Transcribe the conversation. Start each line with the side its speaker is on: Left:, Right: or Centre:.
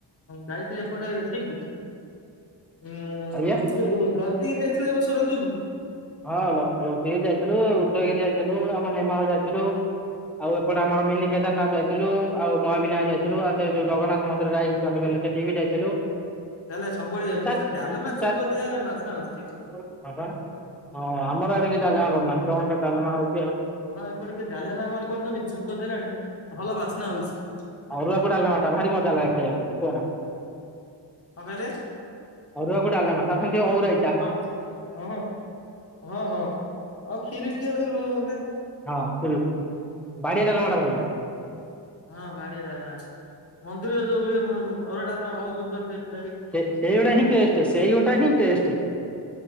Left: ଯାଇଥିଲେ ଏପଟେ ଏଠିକି ଉଁ
Centre: ଆଜ୍ଞା
Left: ଉଦ ଲଲତଗିରି ଯାଇଥିଲେ ଏ ବର୍ଷ ରଜୁକୁ?
Centre: ହଁ ଲ ଲଳତିଗିରି ଯାଇଥିଲୁ, ଉଦୟଗିରି ଯାଇଥିଲୁ, ଆମ ନେମାଳ ଯାଇଥିଲୁ। ଆଉ ଏପଟେ ଆମର ମିନି କେଦାରନାଥ ଯାଇଥିଲୁ, ଆଉ ମହାବିନାୟକ ଯାଇଥିଲୁ, ଆଉ ସେ ଯଉ ଜଗନ୍ନାଥ ମନ୍ଦିର ଟା ହେଇଚି ଚଣ୍ଡିଖୋଲ ରେ ସେଟିକି ବି ଯାଇଥିଲୁ। <unintelligible>
Left: ତାହେଲେ ସବୁଆଡେ ଯାଇଛନ୍ତି ଡାଲମା ଛୁଙ୍କ ଦିଆ ହେଲାଣି ବାସ୍ନା ଆସୁଛି।
Centre: ହଁ ଆମର ଆଡେ କି ଡାଲମା କରୁନାହାନ୍ତି, ତମ ଆଡେ ସ ଡାଲମା ହଉଚି ଆଉ।
Left: ହଁ ଏପଟେ କିଏ ଡାଲେମା ଆମର କରୁଚନ୍ତି ଚୁଙ୍କ ଦେଲାଣି ଭଲ ବାସ୍ନା ହଉଚି।
Centre: ଅରୁଆ କୁ ଡାଲମାଟା ଭାରି ମଜା ଲାଗେ ଖାଇବା ପାଇଁ କୁହ ନା।
Left: କଣ କହିଲେ?
Centre: ଅରୁଆକୁ ଡଲମା ତା ସାଙ୍ଗେ ଟିକେ ଅଉରାଇ।
Left: ହଁ, ହଁ, ହଁ, ହଁ, ହଁ, ଆଉ ଖିରି ଟିକେ ହେଲେବି ଭଲ ହୁଅନ୍ତା।
Centre: ହଁ ଖିରି ବାଡିଆ ଡ଼ାଲମା ଟା ଭଲନାଗେ।
Left: ହଁ ବାଡିଆ ଟାଲମା, ମନ୍ଦିରରେ ଯୋଉ ହୁଏ ମୁ ମୁ ଆରୁଆ। ଡାଲମା ବହୁତ ସୁନ୍ଦର ଟେଷ୍ଟ ଲାଗେ।
Centre: ସେଇଗୁଡ଼ା ହିଁ ଟେଷ୍ଟ ସେଇଗୋଟା ହିଁ ଟେଷ୍ଟ।